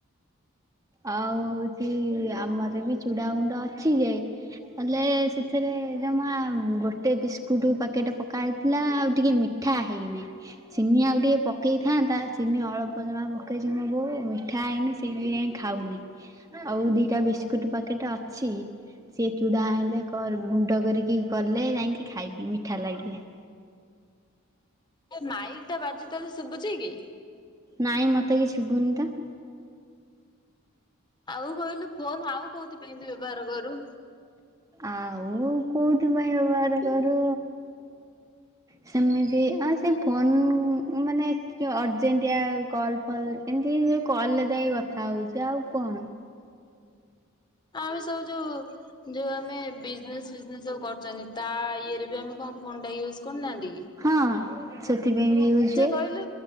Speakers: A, on the right; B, on the left.
A: ଆଉ ହୋଉଚି ଆମର ବି ଚୁଡ଼ା ଗୁଣ୍ଡ ଅଛି ଯେ। ହେଲେ ସେଥିରେ ଜମା ଗୋଟେ ବିସ୍କୁଟ ପ୍ୟାକେଟ ପକ ହୋଇଥିଲା ଆଉ ଟିକେ ମିଠା ମିଠା ହେଇ ନେଇଁ। ଚିନି ଆଉ ଟିକେ ପକେଇଥାନ୍ତା ଚିନି ଅଳପ ଜମା ପକେଇଚି ମୋ ବୋଉ ମିଠା ହେଇନି ଚିନି ଖାଉନି ଆଉ ଦିଟା ବିସ୍କୁଟ ପାକେଟେ ଅଛି। ସିଏ ଚୁଡ଼ା ଆଣିଲେ ଗୁଣ୍ଡ କରିକି କଲେ ଯାଇଁକି ଖାଇବି ମିଠା ଲାଗିଲେ।
B: ଆରେ ମାଇଲ ଟା ବାଜୁଚି ତତେ ଶୁଭୁଚି କି?
A: ନାଇଁ ମତେ କିଛି ଶୁବୁନି ତ।
B: ଆଉ କହିଲୁ ଫୋନ ଆଉ କୋଉଥିପାଇଁ ତୁ ବ୍ୟବହାର କରୁ?
A: ଆଉ କୋଉଥିପାଇଁ ବ୍ୟବାହାର କରୁ ସେମିତି ହଁ ସେ ଫୋନ୍ ମାନେ ଟିକେ ଅର୍ଜେଷ୍ଟିଆ କଲ୍ ଫଲ ଏମିତି କଲରେ ଥାଇ କଥା ହୋଉଚି ଆଉ କଣ।
B: ଆମେ ସବୁ ଯୋଉ ଯୋଉ ଆମେ ବିଜନେସ୍ ବିଯିନେସ ସବୁ କରୁଚନ୍ତି ତା ଇଏରେ ବି ଆମେ କଣ ଫୋନ୍ ଟା ୟୁଜ୍ କରୁନାହାନ୍ତିକି।
A: ହଁ। ସେଥିପାଇଁ ବି ୟୁଜ ହୁଏ
B: ଆଚ୍ଛା କଇଲୁ?